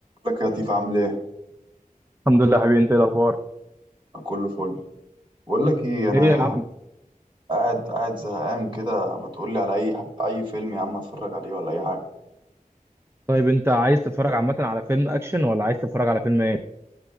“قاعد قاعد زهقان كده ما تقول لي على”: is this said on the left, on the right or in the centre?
Right